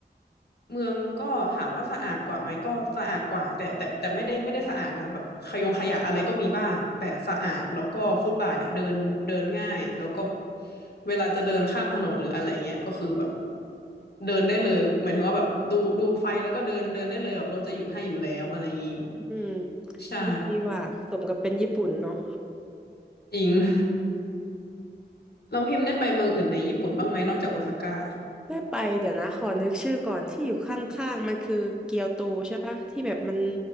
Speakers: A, on the left; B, in the centre.
A: เมืองก็ถามว่าสะอาดกว่าไหมก็สะอาดกว่าแต่แต่แต่ไม่ได้ไม่ได้สะอาดนะแบบขยงขยะอะไรก็มีบ้างแต่สะอาดแล้วก็ฟุตบาทอะเดินเดินง่ายแล้วก็เวลาจะเดินข้ามถนนหรืออะไรเงี้ยก็คือแบบเดินได้เลยหมายถึงว่าแบบดูดูไฟแล้วก็เดินเดินได้เลยแบบรถจะหยุดให้อยู่แล้วอะไรอย่างงี้
B: อืม
A: ใช่
B: ดีว่าสมกับเป็นญี่ปุ่นเนาะ
A: จริง <laughs> เราพิมพ์ได้ไปเมืองอื่นในญี่ปุ่นบ้างไหมนอกจากโอซาก้า
B: ได้ไปเดี๋ยวนะขอนึกชื่อก่อนที่อยู่ข้างๆมันคือเกียวโตใช่ปะที่แบบมัน